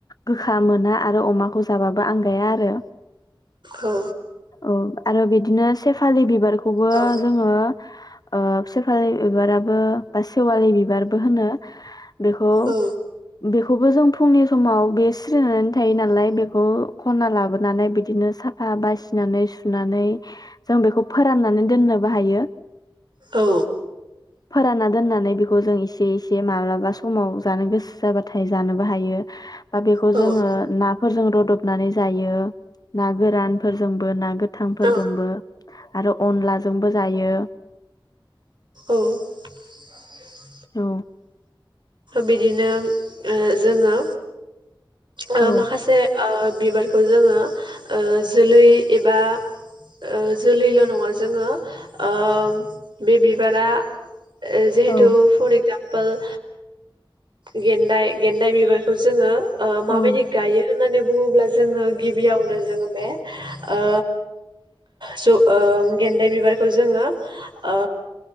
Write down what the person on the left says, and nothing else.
गोखा मोना आरो अमाखौ जाबाबो आंगाया आरो
औ आरो बिदिनो सेफालि बिबारखौबो
जोङो ओ सेफालि बिबाराबो बा सेवालि बिबारबो होनो बेखौ
बेखौबो जों फुंनि समाव बे सिरिनानै थायो नालाय बे खौ खना लाबोनानै बि बिदिनो साफा बासिनानै सुनानै जों बेखौ फोराननानै दोननोबो हायो
फोरानना दोननानै बेखौ जों एसे एसे माब्लाबा समाव जानो गोसो जाबाथाय जानोबो हायो दा बेखौ
जोङो ना फोरजों रदबनानै जायो ना गोरानफोरजोंबो ना गोथांफोरजोंबो
आरो अनलाजोंबो जायो
औ
औ
औ
औ